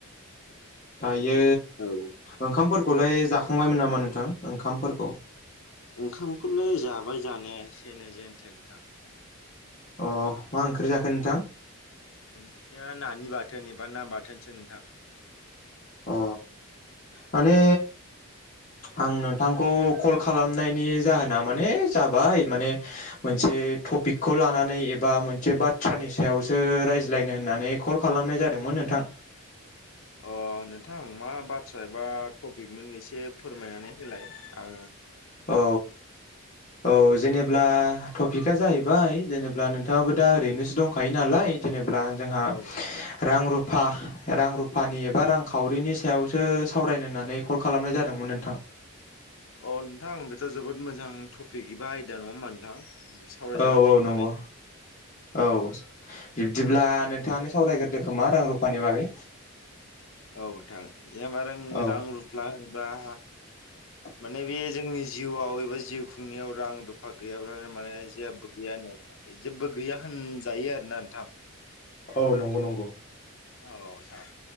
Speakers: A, on the left; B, on the left.
A: बेयो
B: औ
A: ओंखामफोरखौलाय जाखांबायमोन नामा नोंथां ओंखामफोर?
B: ओंखामखौलाय जाबाय जानाया एसेनै जेनथेदां
A: अ मा ओंख्रि जाखो नोंथां?
B: ओंख्रिया नानि बाथोन एबा ना बाथोनसो नोंथां।
A: अ माने आं नोंथांखौ कल खालामनायनि जाहोना माने जाबाय माने मोनसे थपिकखौ लानानै एबा मोनसे बाथ्रानि सायावसो रायज्लायनो होननानै कल खालाम नायजादोंमोन नोंथां?
B: अ नोंथां मा बाथ्रा एबा टपिकमोन एसे फोरमायनानै होलाय आं?
A: औ औ जेनेब्ला टपिकआ जाहैबाय जेनेब्ला नोंथाङाबो दा ओरैनोसो दंखायो नालाय जेने ब्ला जोंहा
B: अ
A: रां रु फा रां रुफानि एबा रांखावरिनि सायावसो सावरायनो होन्नानै कल खालामनाय जादोंमोन नोंथां। <inaudible>
B: अ नोंथांं बेथ' जोबोद मोजां टपिक एबा आयदा नङा होमबा नोंथां। सावरायजागोन
A: औ औ
B: बेनि
A: नंगौ
B: बागै
A: औ बिब्दिब्ला नोंथाङानो सावरायग्रोदो खोमा रां रुफानि बागै।
B: औ नोंथां जेनेबा रों
A: औ
B: रां रुफ्ला होनोब्ला
A: <inaudible>
B: माने बे जोंनि जिउआव एबा जिउ खुंनायाव रां रुफा गैयाब्लानो माने जेबो गैया हो जेबो गैया होनजायो आरोना नोंथां।
A: औ नंगौ नंगौ
B: औ नोंथां